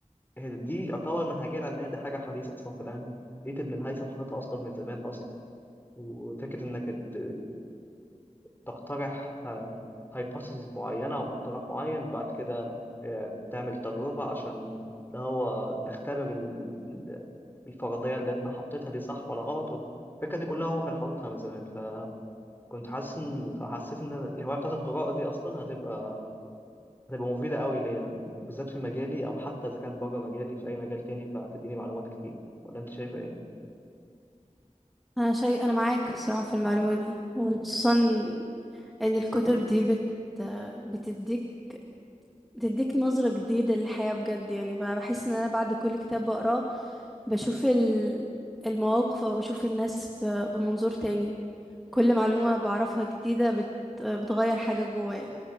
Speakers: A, on the left; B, in the centre.
A: هي دي يعتبر المنهجيه العلميه دي حاجه حديثه اصلا في العلم لقيت ابن الهيثم حاططها اصلا من زمان اصلا وفكره انك ت- تقترح هايبوثيسز معينة أو مقترح معين بعد كده آه، بتعمل تجربة عشان اللي هو تختبر ال- ال- الفرضية اللي أنت حطيتها دي صح ولا غلط الفكرة دي كلها هو كان حاططها من زمان فكنت حاسس إن فحسيت إن أنا الهواية بتاعت القراءة دي أصلا هتبقى هتبقى مفيدة قوي ليا بالذات في مجالي أو حتى إذا كانت بره مجالي في أي مجال تاني فهتديني معلومات كتير ولا أنت شايف إيه؟
B: انا شيء انا معاك بصراحة في المعلومة دي وخصوصا ان الكتب دي بت... بتديك بتديك نظرة جديدة للحياة بجد يعني بقى بحس ان انا بعد كل كتاب بقراه بشوف ال- المواقف او بشوف الناس ب- بمنظور تاني كل معلومة بعرفها جديدة بت بتغير حاجة جوايا